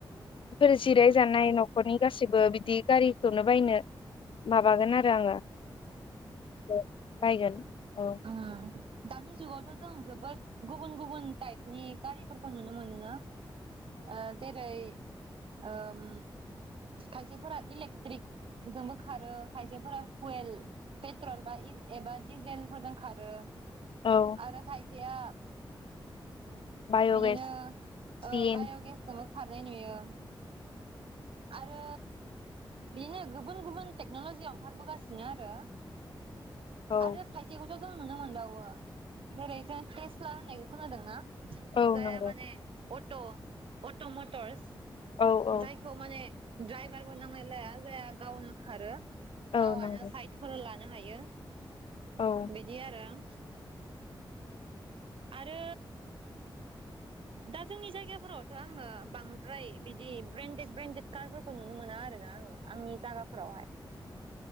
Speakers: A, on the left (about 75°); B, on the right (about 85°).
A: बेफोर जिराय जानाय न'खरनि गासैबो बिदि। गारिखौनो बायनो। माबागोन आरो आङो। बायगोन।
B: अ।
A: औ
B: दानि जुगावथ' जों जोबोद गुबुन गुबुन टाइपनि गारिफोरखौ नुनो मोनोना। ओ जेरै ओम खायसेफोरा इलेक्ट्रिक जोंबो खारो खायसेफोरा फुयेल पेट्रल बा एबा डिजेल मोजां खारो
A: औ
B: आरो खाय <unintelligible>
A: बाय'गेस
B: बिदिनो ओ
A: सिन
B: बाय'गेस जोबो खारनाय नुयो आरो बेनो गुबुन गुबुन टेक्न'लजियाव ओंखारबोगासिनो आरो
A: औ
B: आरो खायसे गो जों नुनो मोनबावो जेरै जों टेस्ला होननायखौ खोनादों ना?
A: औ
B: जाया
A: नंगौ
B: माने अट' अट' मटरस
A: औ औ
B: जायखौ माने ड्राइभारबो नांनायलाया जाया गावनो खारो
A: औ
B: गावानो
A: नंगौ
B: साइथफोर ला नो हायो।
A: औ
B: बिदि आरो <inaudible> आरो दा जोंनि जायगाफोरावथ' आङो बांद्राय बिदि ब्रेन्डेड ब्रेन्डेड कारफोरखौ नुनो मोना आरो ना आङो आंनि जायगाफोरावहाय